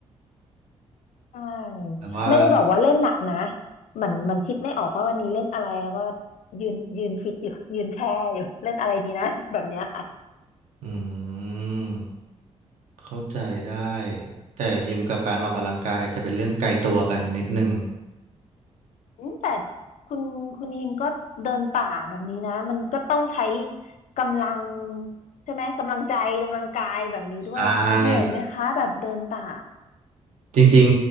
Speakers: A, on the left; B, on the right.
A: ใช่
B: แต่ว่า
A: ไม่ได้บอกว่าเล่นหนักนะเหมือนเหมันคิดไม่ออกว่าวันนี้เล่นอะไรแล้วก็ยืนยืนคิดอยู่ยืนแช่อยู่เล่นอะไรดีนะ <laughs> แบบเนี้ยค่ะ
B: อืมเข้าใจได้แต่ฮิมกับการออกกำลังกายอาจจะเป็นเรื่องไกลตัวกันนิดนึง
A: อืมแต่คุณคุณฮิมก็เดินป่าแบบนี้นะมันก็ต้องใช้กำลังใช่ไหมกำลังใจกำลังกายแบบนี้ด้วยเหนื่อยไหมคะแบบเดินป่า
B: ใช่ครับจริง